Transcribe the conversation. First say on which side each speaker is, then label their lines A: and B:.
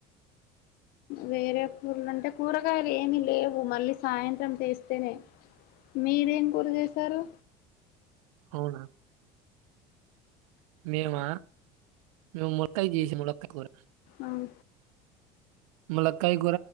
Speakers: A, on the left; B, on the right.
A: వేరే కూరలు అంటే కూరగాయలు ఏమిీ లేవు మళ్ళీ సాయంత్రం తీస్తేనే మీరేం కూర చేసారు
B: అవునా మేము మేము ముక్కయ చేసి ములకాయ కూర
A: అవు
B: మల కాయ